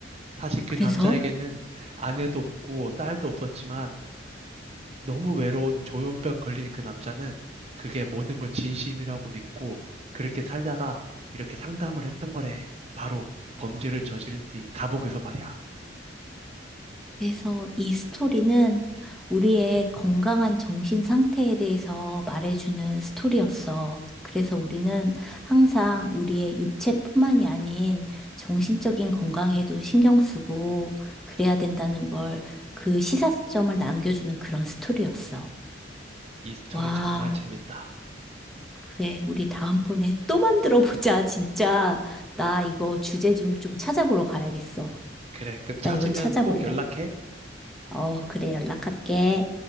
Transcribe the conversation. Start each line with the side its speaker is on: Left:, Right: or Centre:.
Right: 사실 그
Centre: 그래서
Right: 남자에게는 아내도 없고 딸도 없었지만 너무 외로운 조현병 걸린 그 남자는 그게 모든 걸 진심이라고 믿고 그렇게 살다가 이렇게 상담을 했던 거래. 바로 범죄를 저지른 뒤 감옥에서 말이야.
Centre: 그래서 이 스토리는 우리의 건강한 정신 상태에 대해서 말해주는 스토리였어. 그래서 우리는 항상 우리의 육체뿐만이 아닌 정신적인 건강에도 신경 쓰고 그래야 된다는 걸 그 시사점을 남겨주는 그런 스토리였어.
Right: 이 스토리
Centre: 와,
Right: 정말 재밌다.
Centre: 그래. 우리 다음번에 또 만들어 보자, <laughs> 진짜. 나 이거 주제 좀, 좀 찾아보러 가야겠어.
Right: 그래, 그럼 찾으면
Centre: 나 이거 찾아볼래.
Right: 꼭 연락해.
Centre: 어, 그래. 연락할게.